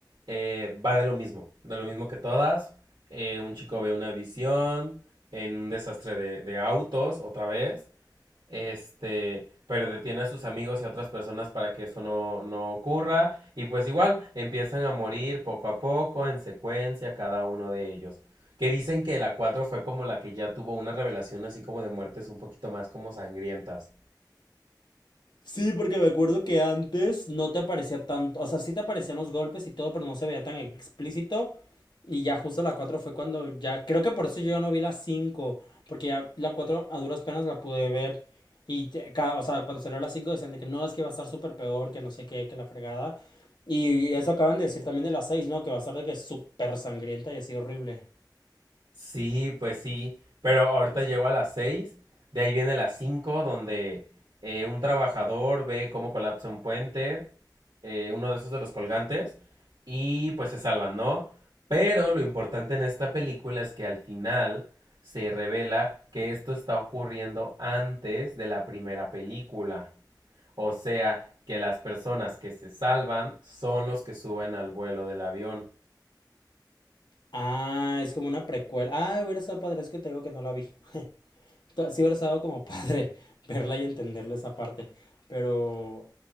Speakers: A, on the right; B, on the left.
A: eh, va de lo mismo, de lo mismo que todas. Eh, un chico ve una visión en un desastre de, de autos otra vez. Este, pero detiene a sus amigos y a otras personas para que eso no, no ocurra. Y pues igual empiezan a morir poco a poco, en secuencia, cada uno de ellos. Que dicen que la 4 fue como la que ya tuvo una revelación así como de muertes un poquito más como sangrientas.
B: Sí, porque me acuerdo que antes no te aparecía tanto, o sea, sí te aparecían los golpes y todo, pero no se veía tan explícito. Y ya justo la 4 fue cuando ya, creo que por eso yo ya no vi la 5 porque ya la 4 a duras penas la pude ver. Y, te- ca- o sea, cuando salió la 5 decían de que no, es que va a estar súper peor, que no sé qué, que la fregada. Y eso acaban de decir también de la seis ¿no? Que va a estar de que súper sangrienta y así horrible.
A: Sí, pues sí, pero ahorita llego a las 6, de ahí viene las 5 donde eh, un trabajador ve cómo colapsa un puente, eh, uno de esos de los colgantes, y pues se salvan, ¿no? Pero lo importante en esta película es que al final se revela que esto está ocurriendo antes de la primera película. O sea, que las personas que se salvan son los que suben al vuelo del avión.
B: Ah, es como una precuela. Ah, hubiera estado padre, es que te digo que no la vi. <laughs> Ta- Sí hubiera estado como padre <laughs> verla y entenderle esa parte. Pero...